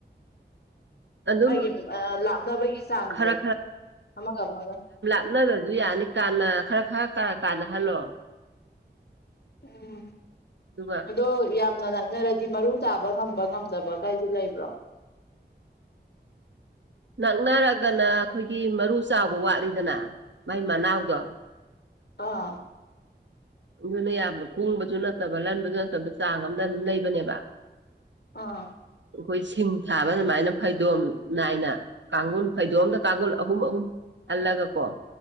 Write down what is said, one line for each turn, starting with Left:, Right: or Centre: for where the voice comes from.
Right: ꯑꯗꯨꯝ
Left: ꯃꯥꯒꯤ ꯑ ꯂꯥꯞꯅꯕꯒꯤ ꯆꯥꯡꯁꯦ
Right: ꯈꯔ
Left: ꯑꯃꯒ ꯑꯃꯒ
Right: ꯅꯠꯇꯁꯨ ꯌꯥꯅꯤ ꯀꯥꯟꯅ ꯈꯔ ꯈꯔ ꯀ ꯀꯥꯟꯅꯍꯜꯂꯣ
Left: ꯎꯝ
Right: ꯑꯗꯨꯒ
Left: ꯑꯗꯣ ꯌꯥꯝꯅ ꯅꯛꯅꯔ ꯗꯤ ꯃꯔꯨ ꯇꯥꯕ ꯉꯝꯕ ꯉꯝꯗꯕ ꯀꯥꯏꯗꯨ ꯂꯩꯕ꯭ꯔꯣ
Right: ꯅꯛꯅꯔꯒꯅ ꯈꯣꯏꯒꯤ ꯃꯔꯨ ꯆꯥꯎꯕ ꯋꯥꯠꯂꯤꯗꯅ ꯃꯥꯏ ꯃꯅꯥꯎꯗꯣ
Left: ꯑꯥ
Right: ꯑꯗꯨꯅ ꯌꯥꯝꯅ ꯀꯨꯡꯕꯁꯨ ꯅꯠꯇꯕ ꯂꯟꯕꯁꯨ ꯅꯠꯇꯕꯗ ꯆꯥꯡ ꯑꯝꯗ ꯑꯗꯨꯝ ꯂꯩꯕꯅꯦꯕ
Left: ꯑꯥ
Right: ꯈꯣꯏ ꯁꯤꯡ ꯊꯥꯕ ꯑꯗꯨꯃꯥꯏꯅ ꯐꯩꯗꯣꯝ ꯅꯥꯏꯅ ꯀꯥꯡꯒꯨꯜ ꯐꯩꯗꯣꯝ ꯑꯝꯗ ꯀꯥꯡꯒꯨꯜ ꯑꯍꯨꯝ ꯑꯍꯨꯝ ꯍꯜꯂꯒꯀꯣ